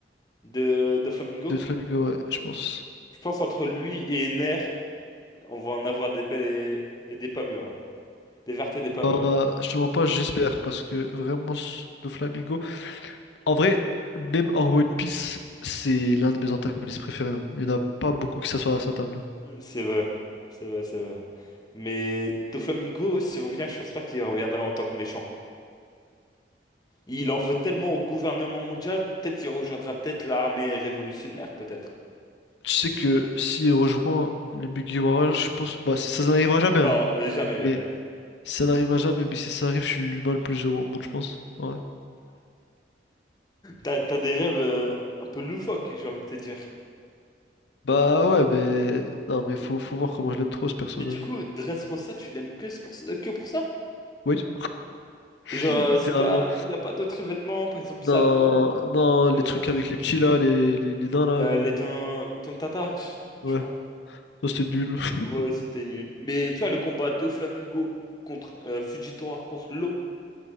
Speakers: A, on the left (about 20°); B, on the left (about 75°).
A: De, de Flamingo?
B: de Flamingo, ouais, je pense.
A: Je pense entre lui et Ener, on va en avoir des belles et, et des pas mûres. hein. Des vertes et des pas
B: Bah,
A: mûres.
B: je te mens pas, j'espère, parce que vraiment, ce- de Flamingo... En vrai, même en One Piece, c'est l'un de mes antagonistes préférés. hein. Il n'y en a pas beaucoup qui s'assoient à sa table.
A: C'est vrai. C'est vrai, c'est vrai. Mais de Flamingo, s'il revient, je pense pas qu'il reviendra en tant que méchant. Il en veut tellement au gouvernement mondial, peut-être qu'il rejoindra peut-être l'armée révolutionnaire, peut-être.
B: Tu sais que s'il rejoint les Mugiwara, je pense... Bah, ça n'arrivera jamais,
A: Non,
B: hein.
A: euh, jamais, jamais.
B: Mais ça n'arrivera jamais, mais si ça arrive, je suis l'humain le plus heureux au monde, je pense. Ouais.
A: T'as, t'as des rêves euh, un peu loufoques, j'ai envie de te dire.
B: Bah ouais, mais non, mais faut,
A: Mais,
B: faut voir comment je l'aime trop ce personnage.
A: mais du coup,
B: hein.
A: Dressrosa, tu l'aimes que, c'est pour- que pour ça?
B: Oui,
A: Genre,
B: <laughs>
A: euh,
B: littéralement.
A: c'est pas, il n'y a pas d'autres événements, par exemple
B: Non,
A: Sabou,
B: non, les
A: euh,
B: trucs avec les petits là, les, les, les nains là,
A: euh,
B: les...
A: les ton, Tontata, je
B: Ouais,
A: je crois.
B: ça c'était nul. <laughs>
A: Ouais, c'était nul. Mais tu vois, le combat de Flamingo contre euh, Fujitora, contre Law,